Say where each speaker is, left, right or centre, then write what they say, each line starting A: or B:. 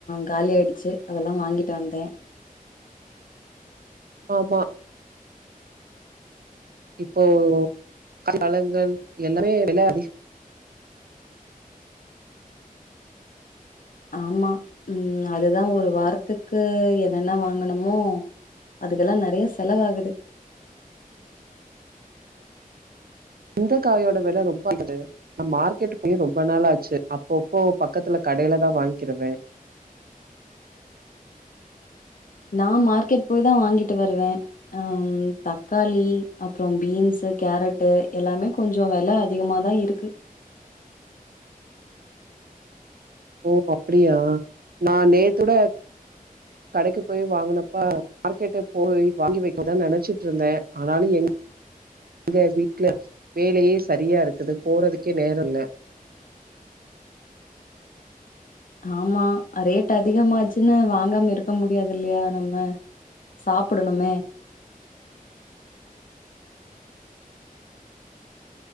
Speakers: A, on the left; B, on the right.
A: காலி ஆயிடுச்சு அதெல்லா வாங்கிட்டு வந்தே
B: ஆமா இப்போ காய் பழங்கள் எல்லாமே வெல அதி
A: ஆம்மா உம் அதுதா ஒரு வாரத்துக்கு என்னென்ன வாங்கணுமோ அதுக்கெல்லா நெறைய செலவாகுது
B: எந்த காயோட வெல ரொம்ப அதிகது நா மார்க்கெட் போயே ரொம்ப நாளாச்சு அப்பப்போ பக்கத்துல கடையில தா வாங்கிருவே
A: நா மார்க்கெட் போய் தா வாங்கிட்டு வருவே ஆஹ் தக்காளி அப்றோ பீன்ஸ்சு கேரட்டு் எல்லாமே கொஞ்சோ வெல அதிகமாதா இருக்கு
B: ஓ ஓ அப்டியா நா நேத்தொட கடைக்கு போய் வாங்குனப்பா மார்க்கெட்ட போய் வாங்கி வெக்கதா நெனச்சுட்ருந்தே ஆனாலு எங் எங்க வீட்டுல வேலையே சரியா இருக்குது போறதுக்கே நேரொல்ல
A: ஆமா ரேட் அதிகமாச்சுன்னு வாங்காம இருக்க முடியாதில்லையா நம்ம சாப்புடணுமே